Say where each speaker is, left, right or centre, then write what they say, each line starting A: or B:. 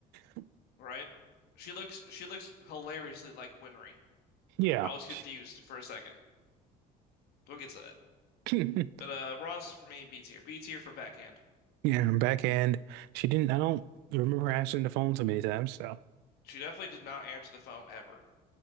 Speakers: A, on the right (about 85°); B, on the left (about 70°).
A: <laughs>
B: right? She looks she looks hilariously like Winry.
A: Yeah.
B: I was confused
A: She-
B: for a second. We'll get to that.
A: <laughs>
B: But uh, Ross for me, B tier. B tier for backhand.
A: Yeah, her backhand. She didn't. I don't remember her answering the phone so many times. So,
B: She definitely did not answer the phone ever.